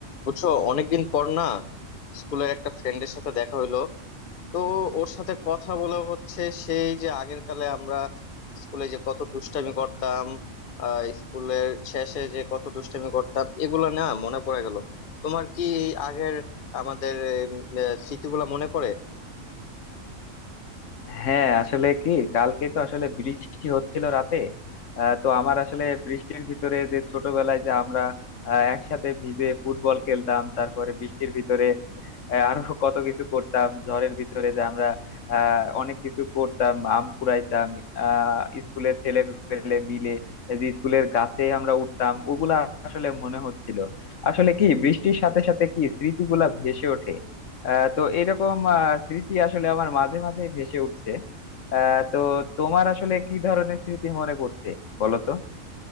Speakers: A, on the left; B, on the left.
A: বুঝছো অনেকদিন পর না স্কুলের একটা ফ্রেন্ডের সাথে দেখা হইলো তো ওর সাথে কথা বলা হচ্ছে সেই যে আগের কালে আমরা স্কুলে যে কত দুষ্টামি করতাম আহ স্কুলের শেষে যে কত দুষ্টামি করতাম এগুলা না মনে পড়ে গেল তোমার কি এই আগের আমাদের উম, আহ, স্মৃতিগুলা মনে পড়ে
B: হ্যাঁ আসলে কি কালকে তো আসলে বৃষ্টি হচ্ছিল রাতে আহ, তো আমার আসলে বৃষ্টির ভিতরে যে ছোটবেলায় যে আমরা আহ, একসাথে ভিজে ফুটবল খেলতাম তারপরে বৃষ্টির ভিতরে আহ, আরো <laughs> কত কিছু করতাম ঝড়ের ভিতরে যে আমরা আহ অনেক কিছু করতাম আম কুড়াইতাম আহ স্কুলের ছেলে পেলে মিলে এই যে স্কুলের গাছে আমরা উঠতাম ওগুলা আসলে মনে হচ্ছিল আসলে কি বৃষ্টির সাথে সাথে কি স্মৃতিগুলা ভেসে ওঠে আহ, তো এরকম আহ, স্মৃতি আসলে আমার মাঝে মাঝে ভেসে উঠছে আহ, তো তোমার আসলে কি ধরনের স্মৃতি মনে পড়ছে বলো তো